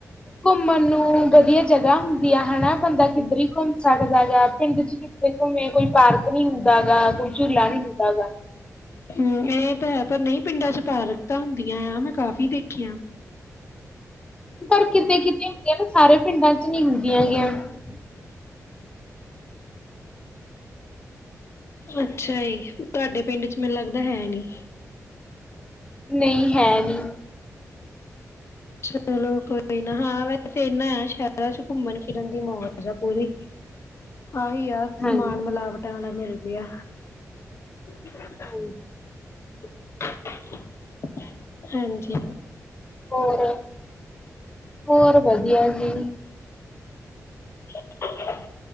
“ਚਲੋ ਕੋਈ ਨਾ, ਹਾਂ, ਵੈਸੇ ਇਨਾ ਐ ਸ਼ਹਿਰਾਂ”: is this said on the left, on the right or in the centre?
Left